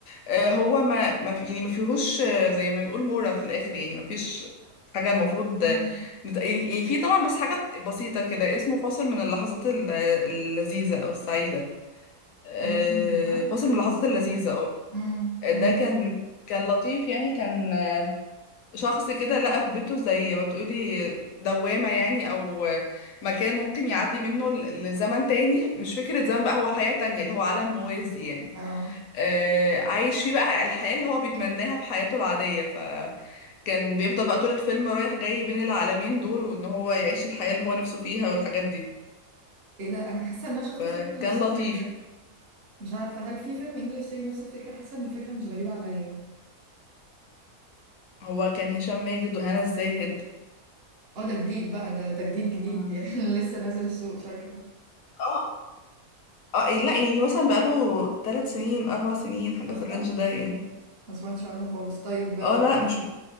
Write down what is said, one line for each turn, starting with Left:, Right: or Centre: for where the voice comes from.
Left: آه، هو ما ما في يعني ما فيهوش آه، زي ما بنقول مورال في الاخر يعني ما فيش حاجة المفروض
Right: امم
Left: آه، نت- يعني يعني في طبعا بس حاجة بسيطة كده اسمه فاصل من اللحظات ال- اللذيذة او السعيدة آه،
Right: بكوميدي صح
Left: فاصل من اللحظات اللذيذة اه
Right: امم امم
Left: ده كان كان لطيف يعني كان شخص كده لقى في بيته زي ما تقولي دوامة يعني أو مكان ممكن يعدي منه ل- لزمن تاني مش فكرة زمن بقى هو حياة تانية اللي هو عالم موازي يعني
Right: اه
Left: آه عايش فيه بقى الحياة اللي هو بيتمناها في حياته العادية فكان بيفضل بقى طول الفيلم رايح جاي بين العالمين دول وإن هو يعيش الحياة اللي هو نفسه فيها والحاجات دي
Right: ايه ده انا حاسه ان انا شفت
Left: فكان
Right: فيلم نفس
Left: لطيف
Right: الفكره مش عارفة هل في فيلم انجليش تاني نفس الفكرة حاسة ان الفكرة مش غريبة عليا
Left: هو كان هشام ماجد وهنا الزاهد
Right: اه ده جديد بقى ده ده جديد جديد
Left: ما
Right: <laughs> يعني لسه نازل السوق شكله
Left: اه اه لا يعني مثلا بقاله ثلاث سنين أربع سنين حاجة
Right: اصلا
Left: في الرينج ده يعني
Right: ما سمعتش عنه خالص طيب آه،
Left: اه لا مش